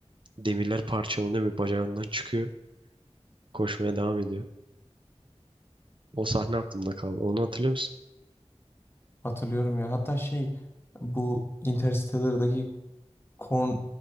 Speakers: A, on the right; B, on the left.
A: Demirler parçalanıyor ve bacağından çıkıyor. Koşmaya devam ediyor. O sahne aklımda kaldı. Onu hatırlıyor musun?
B: Hatırlıyorum ya. Hatta şey bu Interstellar'daki corn,